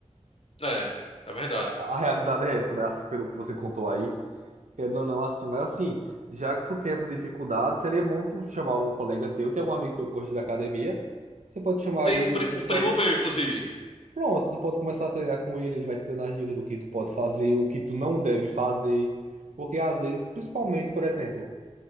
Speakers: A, on the left; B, on the right.
A: É, é verdade.
B: A, a realidade é essa, né? Assim, pelo que você contou aí. Querendo ou não, assim. Mas assim, já que tu tem essa dificuldade, seria bom tu chamar algum colega teu. Tem algum amigo teu que gosta de academia. Você pode chamar
A: Tem
B: ele,
A: um, pri-
B: vocês
A: um
B: podem.
A: primo meu, inclusive.
B: Pronto, tu pode começar a treinar com ele. Ele vai te dando as dicas do que tu pode fazer, o que tu não deve fazer. Porque às vezes, principalmente, por exemplo,